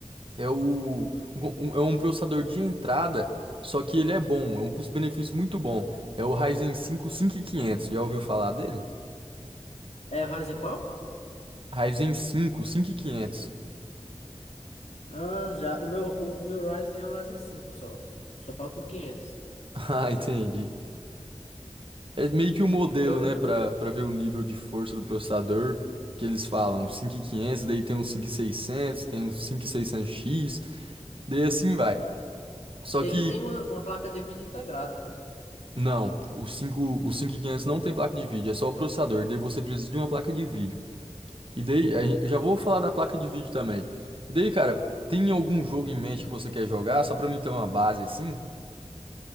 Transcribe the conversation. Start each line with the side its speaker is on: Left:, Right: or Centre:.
Right: é o, um- um, é um processador de entrada, só que ele é bom, é um custo-benefício muito bom. É o Ryzen 5 quinhentos. Já ouviu falar dele?
Left: É o Ryzen qual?
Right: Ryzen 5 quinhentos. <laughs>
Left: Ah, já. O meu, o meu Ryzen é o Ryzen cinco só. Só falta o 500.
Right: Ah, entendi. É meio que o modelo,
Left: Eu lembro.
Right: né, Pra para ver o nível de força do processador que eles falam, um 5500, daí tem um cinco mil e seiscentos, tem um cinco mil e seiscentos x daí assim vai. Só
Left: Ele
Right: que
Left: tem uma, uma placa de vídeo integrada, né?
Right: não, o 5, o 5500 não tem placa de vídeo, é só o processador, daí você precisa de uma placa de vídeo. E daí, a gen- já vou falar da placa de vídeo também. E daí, cara, tem algum jogo em mente que você quer jogar, só pra mim ter uma base assim?